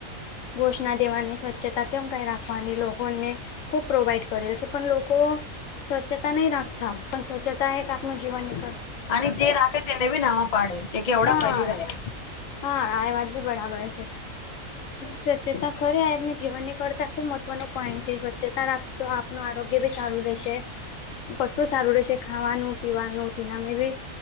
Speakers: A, on the left (about 70°); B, on the left (about 50°).
A: ઘોષ દેવાની છતાં કેમ કઈ રાખવાની લોકોને ખૂબ પ્રોવાઈડ કરેલ છે પણ લોકો સ્વચ્છતા નહી રાખતા, પણ સ્વચ્છતા એક આપનું જીવન એક.
B: અને જે રાખે તેને બી નામ પાડે કે કેવડા
A: હા
B: કરી રહ્યા.
A: હા આ વાત બી બરાબર છેજ સ્વચ્છેતા ખરી આ. જીવનની કરતાં ખૂબ મહત્ત્વનો પોઈન્ટ છે, સ્વચ્છતા રાખતો આપનું આરોગ્ય બી સારું રહેશે. બધું સારું રહેશે, ખાવાનું, પીવાનું, તેનામે ભી